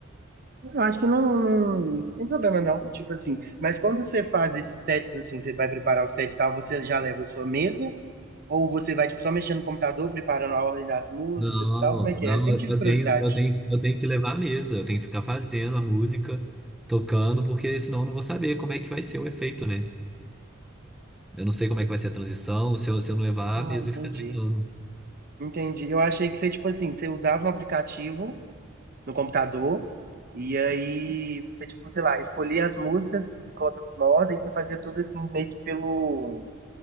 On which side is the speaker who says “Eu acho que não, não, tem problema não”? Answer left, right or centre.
Right